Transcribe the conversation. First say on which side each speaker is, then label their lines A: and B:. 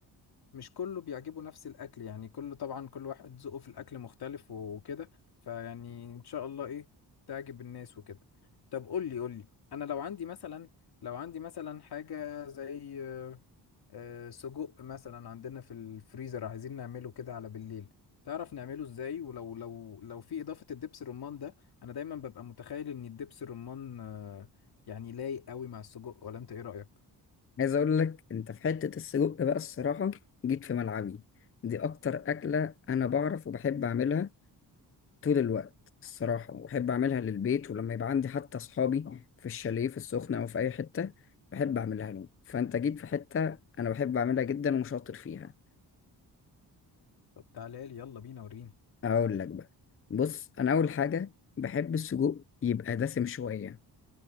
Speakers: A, on the left (about 65°); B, on the left (about 30°).
A: مش كله بيعجبه نفس الاكل يعني كله طبعا كل واحد ذوقه في الاكل مختلف وكده فيعني ان شاء الله ايه تعجب الناس وكده طب قول لي قول لي انا لو عندي مثلا لو عندي مثلا حاجه زي آه، آه، سجق مثلا عندنا في الفريزر عايزين نعمله كده على بالليل تعرف نعمله ازاي ولو لو لو في اضافه الدبس الرمان ده انا دايما ببقى متخيل ان الدبس الرمان آه، يعني لايق قوي مع السجق ولا انت ايه رايك
B: عايز اقول لك انت في حته السجق بقى الصراحه جيت في ملعبي دي اكتر اكله انا بعرف وبحب اعملها طول الوقت الصراحة وبحب أعملها للبيت ولما يبقى عندي حتى أصحابي في الشاليه في السخنة أو في أي حتة بحب أعملها لهم فأنت جيت في حتة أنا بحب أعملها جدا وشاطر فيها
A: طب تعالى لي يلا بينا وريني
B: أقول لك بقى بص أنا أول حاجة بحب السجق يبقى دسم شوية